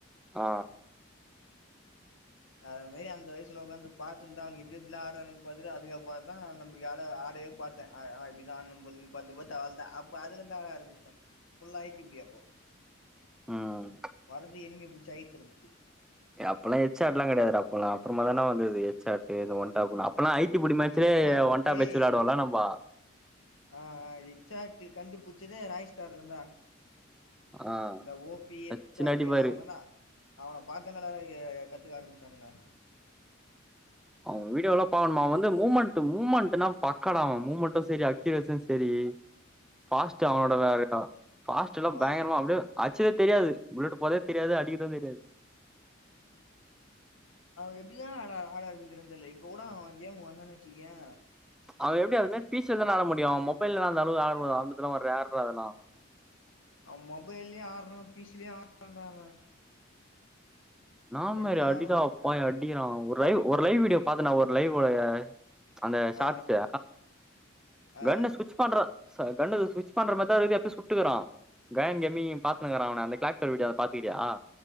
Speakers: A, in the centre; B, on the left.
A: ஆ
B: அது மேரி அந்த வயசுல ஒக்காந்து பாத்துர்ந்தா அவுனுங் எப்டி எப்டிலா ஆடுறானுங்னு பாத்துட்டு அதுக்கப்புறதா நம்ம ஆடறதே பாத் தே அ அப்டிதாம் பொழுது பாத்து பாத்து அவ்வள்தா அப்ப அதுல இருந்து அ ஆரம்பிச்டே ஃபுல்லா அழுத்தி புடி அப்போ
A: ம்
B: வரது எனிமிய பூடிச்சி அழுத்து
A: அப்பெல்லா எச் ஆர்லா கெடையாதுடா அப்பல்லா அப்றமாதான வந்தது எச் ஆர்ட்ட இந்த ஒன் டாப்லா அப்பெல்லா ஐ டிப்புடி மேச்சிலே
B: ஹெட்ஷாட்
A: ஒண்டாப்
B: டேய்
A: வச்சி விளாடுவோல்ல நம்ம
B: ஆ ஆ எச் ஆர் டி கண்டு புடிச்சதே ராயஸ்தார் தாண்டா
A: ஆ
B: இந்த ஓ பி
A: வெச்சுனு
B: எச் ஆர்
A: அடிப்பாரு
B: டி ஆகுனடா அவன பாத்தங்களரேயே கத்துக்க ஆரம்பிச்சானுங்க
A: அவ வீடியோல்லா பாக்கணுமா அவ வந்து மூமெண்ட் மூமெண்ட்னா பக்காடா அவ மூமெண்ட்டு செரி அக்கீரஷு செரி ஃபாஸ்ட் அவனோட
B: அவனுக்கு
A: வேறல்லா ஃபாஸ்ட்லா
B: அவ
A: பயங்கரமா அப்டியே ஆச்சுதா தெரியாது புள்ளட்டு போறதே தெரியாது அடிக்குறது தெரியாது
B: அவ எப்டிதா ஆட ஆட ஆரம்பிக்கிறா தெர்ல இப்ப கூட அவ கேமு வந்தான்னு வச்சுக்கோயே
A: அவ எப்டி அதுமாறி பீச்லதான ஆட முடியு மொபைல்லா அந்தளவு ஆடலா ஆட்றதுலா ரேர்டா அதலா
B: அவ மொபைல்யே ஆட்றா பீச்லயு ஆட்றாண்டா அவ
A: ன்னாமாரி
B: ரெண்டுத்துலயு
A: அடிதா
B: ஆடுவா
A: அப்பா அடிகிறா ஒரு லைவ் ஒரு லைவ் வீடியோ பாத்தன்டா ஒரு லைவு அந்த ஷார்ட்ஸ்
B: ஆ
A: அ
B: ஆ
A: கண்ண சுவிட்சச் பண்ற கண்ணு சுவிட்சச் பண்ற மாரிதா இருக்குது எப்பய சுட்டுக்கறா கயன் கெமி பாத்துங்கறா அவன அந்த க்ளக்டர் வீடியாவ பாத்துக்கிறியா